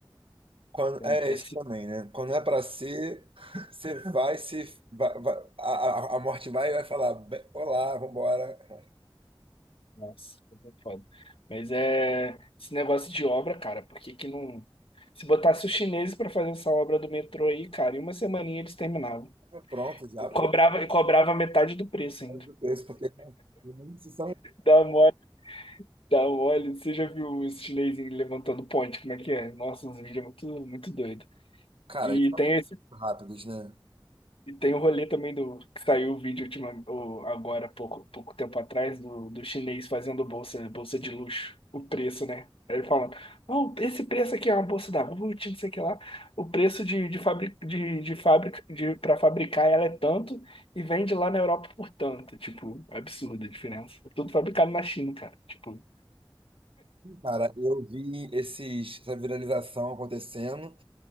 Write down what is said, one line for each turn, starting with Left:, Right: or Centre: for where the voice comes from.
Right: Quando,
Left: É,
Right: é isso
Left: é se-
Right: também, né? Quando é pra ser, você vai se. vai- vai- a, a a morte vai e vai falar: "Be- Olá, vambora. <laughs>
Left: nossa, é foda. Mas é. Esse negócio de obra, cara, por que que não. Se botasse os chineses pra fazer essa obra do metrô aí, cara, em uma semaninha eles terminavam.
Right: Ah, Pronto, já,
Left: E cobrava,
Right: pô.
Left: e cobrava metade do preço ainda.
Right: Faz o preço, porque muitos são.
Left: Dá mole, dá mole. Você já viu os chineses levantando ponte? Como é que é? Nossa, uns vídeos muito, muito doido.
Right: Cara,
Left: E
Right: eles são
Left: tem,
Right: muito rápidos, né?
Left: E tem o rolê também do que saiu o vídeo ultima, o- agora, pouco, pouco tempo atrás, do, do chinês fazendo bolsa, bolsa de luxo, o preço, né? Ele falando, não, esse preço aqui é uma bolsa da Ruth, não sei o que lá. O preço de, de, fabri, de, de fábrica de, para fabricar ela é tanto e vende lá na Europa por tanto. Tipo, absurda a diferença. É Tudo fabricado na China, cara. Tipo,
Right: Cara, eu vi esses, essa viralização acontecendo